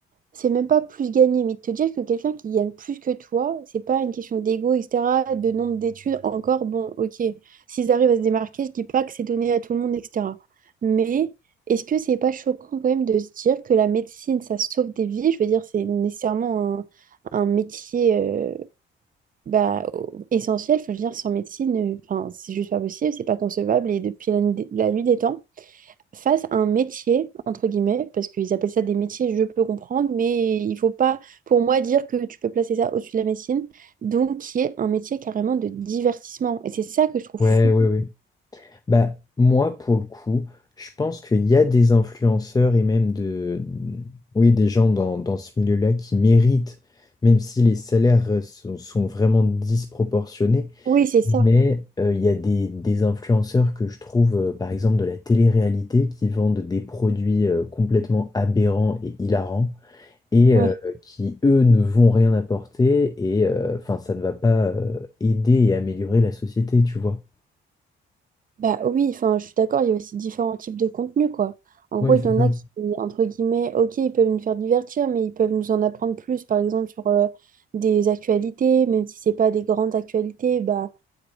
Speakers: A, on the right (about 45°); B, on the left (about 20°).
A: c'est même pas plus gagner, mais de te dire que quelqu'un qui gagne plus que toi, c'est pas une question d'ego, etc., de nombre d'études, encore, bon, ok, s'ils arrivent à se démarquer, je dis pas que c'est donné à tout le monde, etc. Mais est-ce que c'est pas choquant quand même de se dire que la médecine, ça sauve des vies? Je veux dire, c'est nécessairement un, un métier euh, bah, essentiel. Enfin, je veux dire, sans médecine, euh, enfin, c'est juste pas possible, c'est pas concevable, et depuis la nuit des la nuit des temps fassent un métier, entre guillemets, parce qu'ils appellent ça des métiers, je peux comprendre, mais il faut pas, pour moi, dire que tu peux placer ça au-dessus de la médecine, donc qui est un métier carrément de divertissement. Et c'est ça que je trouve
B: Ouais,
A: fou.
B: ouais ouais Bah, moi, pour le coup, je pense qu'il y a des influenceurs et même de, oui, des gens dans, dans ce milieu-là qui méritent, même si les salaires euh, sont, sont vraiment disproportionnés,
A: Oui, c'est ça.
B: Mais euh, il y a des, des influenceurs que je trouve, euh, par exemple, de la télé-réalité, qui vendent des produits euh, complètement aberrants et hilarants, et
A: Ouais.
B: euh, qui, eux, ne vont rien apporter, et euh, enfin, ça ne va pas euh, aider et améliorer la société, tu vois.
A: Bah oui, enfin, je suis d'accord, il y a aussi différents types de contenus, quoi. En
B: Oui,
A: gros, il
B: c'est
A: y en
B: ça.
A: a qui, entre guillemets, ok, ils peuvent nous faire divertir, mais ils peuvent nous en apprendre plus, par exemple, sur euh, des actualités, même si c'est pas des grandes actualités, bah